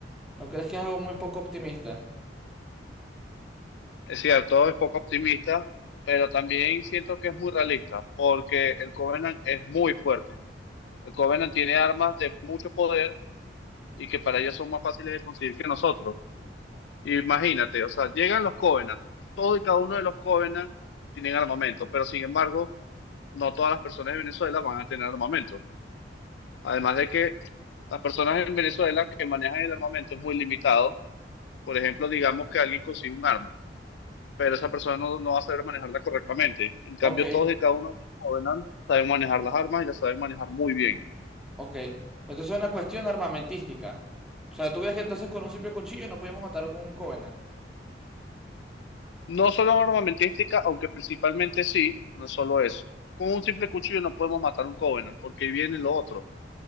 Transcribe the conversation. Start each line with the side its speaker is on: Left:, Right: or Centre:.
Centre: ¿No crees que es algo muy poco optimista?
Left: Es cierto, es poco optimista, pero también siento que es muy realista porque el Covenant es muy fuerte. El Covenant tiene armas de mucho poder y que para ellos son más fáciles de conseguir que nosotros. Imagínate, o sea, llegan los Covenant, todos y cada uno de los Covenant tienen armamento, pero sin embargo, no todas las personas de Venezuela van a tener armamento. Además de que las personas en Venezuela que manejan el armamento es muy limitado. Por ejemplo, digamos que alguien consigue un arma, pero esa persona no, no va a saber manejarla correctamente. En cambio,
Centre: Ok.
Left: todos y cada uno de los Covenant saben manejar las armas y las saben manejar muy bien.
Centre: Ok. Entonces es una cuestión armamentística. O sea, ¿tú crees que entonces con un simple cuchillo no podíamos matar a un Covenant?
Left: No solo armamentística, aunque principalmente sí, no es solo eso. Con un simple cuchillo no podemos matar un Covenant, porque ahí viene lo otro